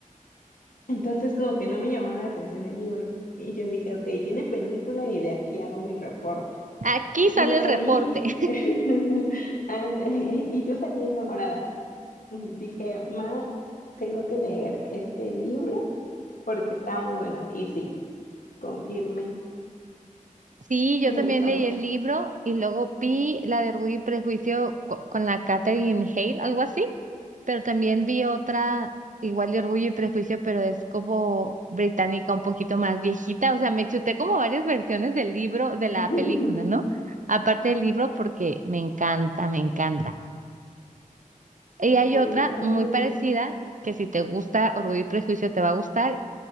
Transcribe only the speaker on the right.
Aquí sale
el reporte.
<laughs>
Sí, yo
también
leí
el libro y luego vi la de Orgullo y Prejuicio co- con la Catherine Hale, algo así, pero también vi otra igual de Orgullo y Prejuicio, pero es como británica, un poquito más viejita, o sea, me chuté como varias versiones del libro, de la
película, ¿no? Aparte del libro porque me encanta, me encanta. Y hay
otra
muy
parecida que si te gusta Orgullo y Prejuicio te va a gustar,